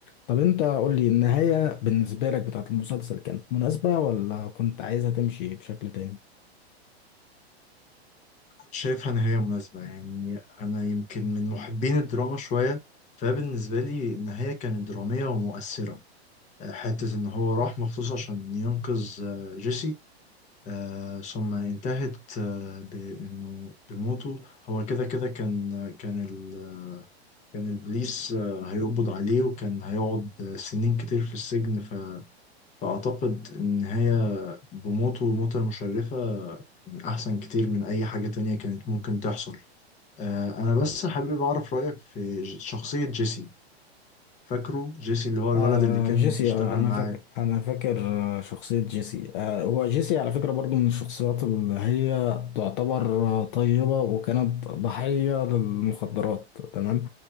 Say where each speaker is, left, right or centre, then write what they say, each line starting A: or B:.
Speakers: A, on the left; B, on the left.
A: طب انت قول لي النهاية بالنسبة لك بتاعت المسلسل كانت مناسبة ولا كنت عايزها تمشي بشكل تاني؟
B: شايفها نهاية مناسبة يعني أنا يمكن من محبين الدراما شوية فبالنسبة لي النهاية كانت درامية ومؤثرة آه، حتة إن هو راح مخصوص عشان ينقذ آه، جيسي آه، ثم انتهت آه، بانه بموته هو كده كده كان كان ال... كان البوليس آه، هيقبض عليه وكان هيقعد آه، سنين كتير في السجن ف... فاعتقد النهاية بموته موتة مشرفة من احسن كتير من اي حاجة تانية كانت ممكن تحصل آه، انا بس حابب اعرف رأيك في ج- شخصية جيسي فاكره جيسي اللي هو الولد
A: آه
B: اللي كان
A: جيسي
B: بيشتغل
A: آه، انا
B: معاه
A: فاكر انا فاكر آه، شخصية جيسي آه هو جيسي على فكرة برضو من الشخصيات اللي هي تعتبر آه، طيبة وكانت ضحية للمخدرات تمام